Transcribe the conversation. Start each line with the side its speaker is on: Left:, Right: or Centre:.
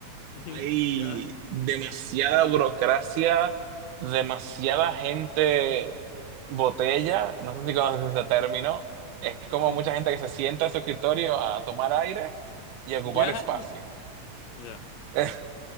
Left: <laughs>
Right: Hay
Left: ¿Ya?
Right: demasiada burocracia, demasiada gente botella, no sé si conoces ese término, es como
Left: ¿Cómo?
Right: mucha gente que se sienta en su escritorio a tomar aire y a ocupar
Left: ¿Ya?
Right: espacio.
Left: ¿Ya? ¿Ya?
Right: <laughs>